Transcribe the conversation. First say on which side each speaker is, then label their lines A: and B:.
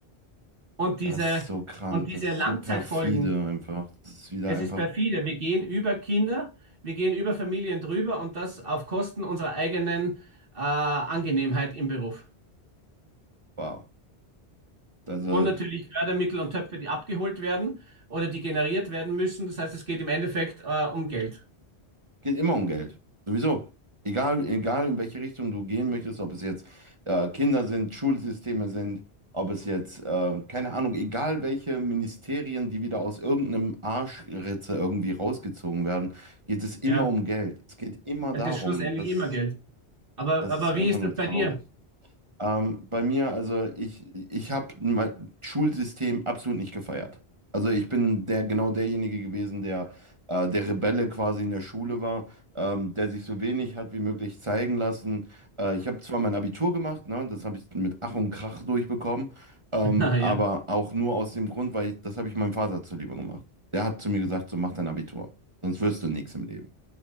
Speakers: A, on the right; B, on the right.
A: Und diese,
B: Das ist so krank,
A: und diese
B: das ist
A: Langzeitfolgen,
B: so perfide einfach. Das ist wieder
A: es
B: einfach,
A: ist perfide. Wir gehen über Kinder, wir gehen über Familien drüber und das auf Kosten unserer eigenen äh, Angenehmheit im Beruf.
B: wow. Also,
A: Und natürlich Fördermittel und Töpfe, die abgeholt werden oder die generiert werden müssen. Das heißt, es geht im Endeffekt äh, um Geld.
B: geht immer um Geld. Sowieso. Egal, egal in welche Richtung du gehen möchtest, ob es jetzt äh, Kinder sind, Schulsysteme sind, ob es jetzt, äh, keine Ahnung, egal welche Ministerien, die wieder aus irgendeinem Arschritze irgendwie rausgezogen werden, geht es immer
A: Ja,
B: um Geld. Es geht immer
A: es
B: darum.
A: ist schlussendlich
B: Und Das,
A: immer Geld. Aber,
B: das
A: aber
B: ist einfach
A: wie ist
B: nur
A: das bei
B: traurig.
A: dir?
B: Ähm, bei mir, also ich, ich habe mein Schulsystem absolut nicht gefeiert. Also ich bin der genau derjenige gewesen, der äh, der Rebelle quasi in der Schule war, ähm, der sich so wenig hat wie möglich zeigen lassen. Äh, ich habe zwar mein Abitur gemacht, ne, das habe ich mit Ach und Krach durchbekommen, ähm,
A: <laughs> Ah, Ja.
B: aber auch nur aus dem Grund, weil ich, das habe ich meinem Vater zuliebe gemacht. Der hat zu mir gesagt, so mach dein Abitur, sonst wirst du nichts im Leben.